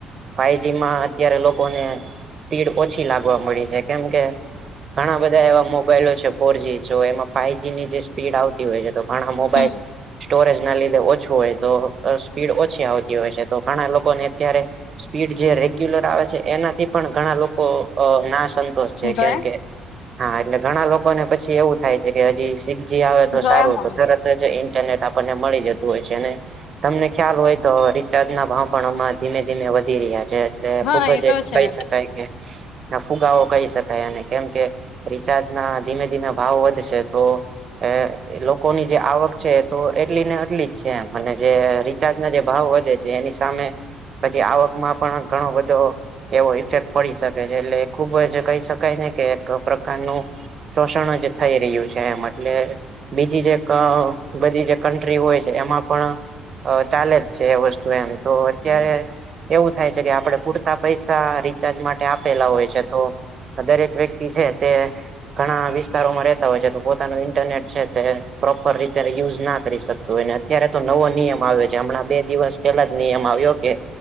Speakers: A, on the right; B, on the left.
A: ફાઈવજી માં અત્યારે લોકોને સ્પીડ ઓછી લાગવા મળી છે કેમ કે ઘણા બધા એવા મોબાઈલો છે ફોરજી જો એમાં ફાઈવજીની જે સ્પીડ આવતી હોય તો પણ આ મોબાઈલ
B: હમ
A: સ્ટોરેજ ના લીધે ઓછું તો અહ સ્પીડ ઓછી આવતી હોય છે તો ઘણા અત્યારે સ્પીડ જે રેગ્યુલર આવે છે એનાથી પણ ઘણા લોકો અહ નાશન તોષ છે કેમ
B: ગયા
A: કે હા એટલે ઘણા લોકોને પછી એવું થાય છે કે હજી સિખ જી આવે તો
B: ગયા
A: સારું
B: મમ્મી
A: તો તરત ઇન્ટરનેટ આપણને મળી જતું હોય છે અને તમને ખ્યાલ હોય તો રીચાર્જ ના ભાવ પણ અમાં ધીમે ધીમે વધી રહ્યા છે એટલે
B: હા
A: ખુબ
B: એ
A: જ
B: તો છે
A: કહી શકાય કે, ફુગો કહી શકાય અને કેમ કે જે રિચાર્જ ના ધીમે ધીમે ભાવ વધશે તો એ એક લોક લોકોની જે આવક છે તો એટલી ને એટલી જ છે એમ, અને જે રિચાર્જ ના જે ભાવ વધે છે જે એની સામે પછી આવકમાં પણ ઘણો બધો એવો ઇફેક્ટ પડી શકે છે, એટલે ખુબ જ કહી શકાય ને કે એક પ્રકારનું શોષણ જ થઈ રહ્યું છે એમ એટલે ટી જેક અહ બધી જે ક બધી જે કન્ટ્રી હોય છે એમાં પણ અહ ચાલે જ છે એ વસ્તુ એમ. તો અત્યારે
B: છે ને.
A: એવું થાય છે કે આપડે પૂરતા પૈસા રિચાર્જ માટે આપેલા હોય છે તો દરેક વ્યક્તિ છે તે ઘણા વિસ્તારોમાં રહેતા હોય છે તો પોતાનું ઇન્ટરનેટ છે. તે પ્રોપર રીતે રીયુઝ ના કરી શકતું હોયને અત્યારે તો નવો નિયમ આવે છે. હમણાં બે દિવસ પેલા જ નિયમ આવ્યો કે